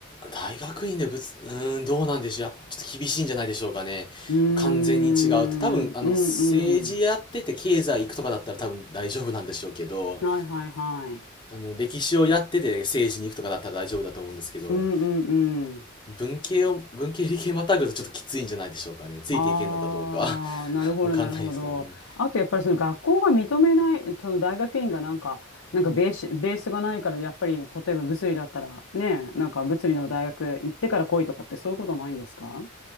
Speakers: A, on the left; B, on the left.
A: 大学院でぶつ、うーん、どうなんでしょう。やっちょっと厳しいんじゃないでしょうかね。
B: うーん、
A: 完全に違うと。多分、あの、
B: うん
A: 政治やってて経済行くとかだったら多分大丈夫なんでしょうけど、
B: うん。はいはいはい。
A: あの、歴史をやってて政治に行くとかだったら大丈夫だと思うんですけど、
B: うんうんうん。
A: 文系を、文系理系またぐとちょっときついんじゃないでしょうかね。ついていけんのかどうか
B: ああ、
A: <laughs>
B: なるほど、
A: わかんないですからね。
B: なるほど。あと、やっぱりその学校が認めない、その大学院がなんか、なんかベース、ベースがないから、やっぱり、例えば物理だったら、ね、なんか物理の大学行ってから来いとかって、そういうことないんですか